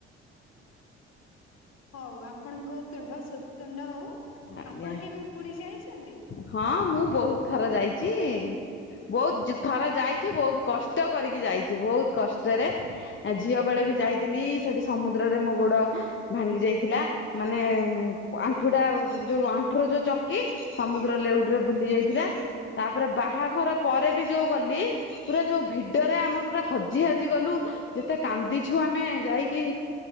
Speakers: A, on the left; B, on the left.
A: ହଉ ଆ ଆପଣଙ୍କ ତୁଣ୍ଡ ଶୁତୁଣ୍ଡ ହେଉ,
B: ଆଜ୍ଞା
A: ଆପଣ କେବେ ପୁରୀ ଯାଇଛନ୍ତି?
B: ହଁ ମୁଁ ବହୁତ ଥର ଯାଇଚି। ବହୁତ ଜ ଥର ଯାଇଛି ବହୁତ କଷ୍ଟ କରିକି ଯାଇଛି। ବହୁତ କଷ୍ଟରେ ଆ ଝିଅ ବେଳେ ବି ଯାଇଥିଲି, ସେଠି ସମୁଦ୍ରରେ ମୋ ଗୋଡ ଭାଙ୍ଗି ଯାଇଥିଲା। ମାନେ ଆଣ୍ଠୁ ଟା ଯୋଉ ଆଣ୍ଠୁ ର ଯୋଉ ଚକି, ସମୁଦ୍ର ଲେଉଡ ରେ ବୁଲି ଯାଇ ଥିଲା,
A: ହଁ
B: ତାପରେ ବାହାଘର ପରେ ବି ଯୋଉ ଗଲି ପୁରା ଯୋଉ ଭିଡରେ ଆମର ପୁରା ହଜି ହାଜି ଗଲୁ ଯେତେ କାନ୍ଦିଛୁ ଆମେ ଯାଇକି,